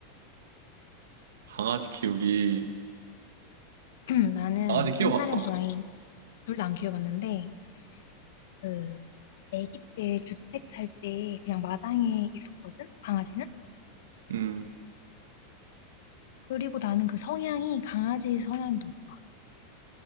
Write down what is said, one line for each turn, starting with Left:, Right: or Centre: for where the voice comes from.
Right: 강아지 키우기.
Left: <clears throat> 나는
Right: 강아지 키워봤어?
Left: 옛날엔 고양이 둘 다 안 키워봤는데 그 아기 때 주택 살 때 그냥 마당에 있었거든 강아지는.
Right: 음,
Left: 그리고 나는 그 성향이 강아지 성향이 더 좋아.